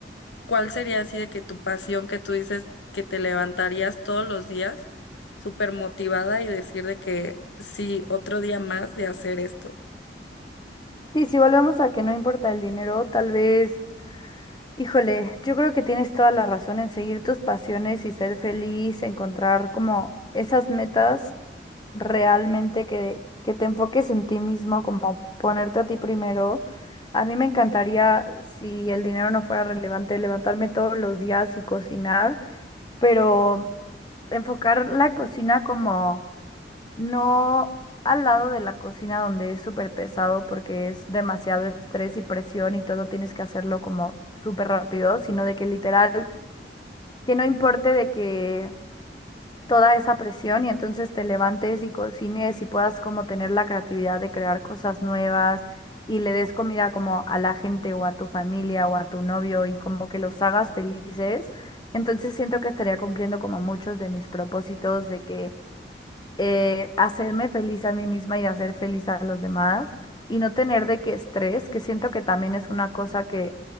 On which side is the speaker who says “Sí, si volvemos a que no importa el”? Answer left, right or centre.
Left